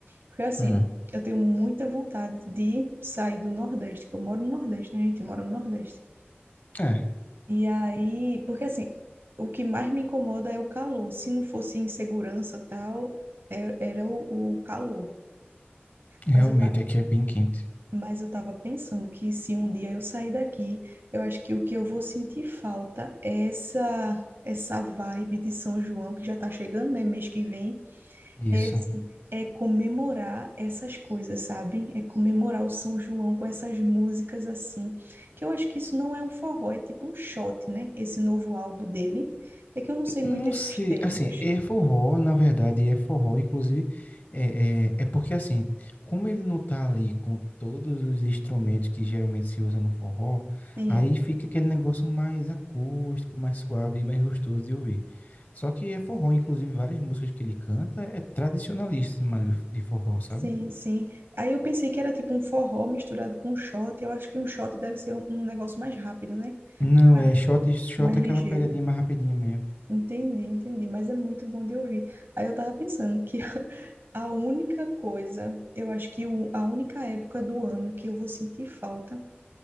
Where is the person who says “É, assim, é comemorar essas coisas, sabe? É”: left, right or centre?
Right